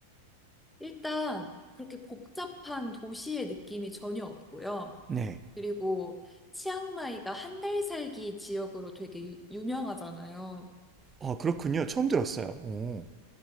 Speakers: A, in the centre; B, on the right.
A: 일단 그렇게 복잡한 도시의 느낌이 전혀 없고요.
B: 네,
A: 그리고 치앙마이가 한 달 살기 지역으로 되게 유, 유명하잖아요.
B: 어, 그렇군요. 처음 들었어요. 오.